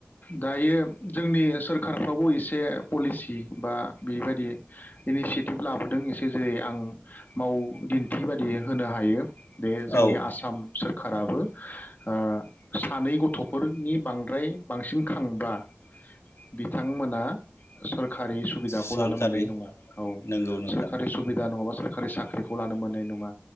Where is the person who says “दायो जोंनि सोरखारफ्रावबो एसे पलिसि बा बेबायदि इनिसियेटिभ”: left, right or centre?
Left